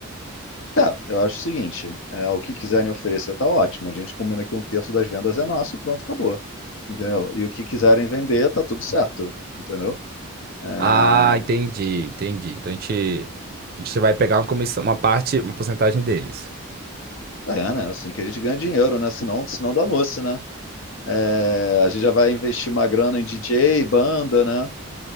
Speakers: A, on the left (about 65°); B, on the right (about 45°).
A: Cara, eu acho o seguinte, é, o que quiserem oferecer tá ótimo. A gente combina que um terço das vendas é nosso, pronto, acabou. Entendeu? E o que quiserem vender, tá tudo certo. Entendeu? É,
B: Ah, entendi, entendi. Então a gente, a gente vai pegar uma comissão, uma parte, uma porcentagem deles.
A: é, né? Assim que a gente ganha dinheiro, né? Senão, senão dá noce, né? É, a gente já vai investir uma grana em DJ, banda, né?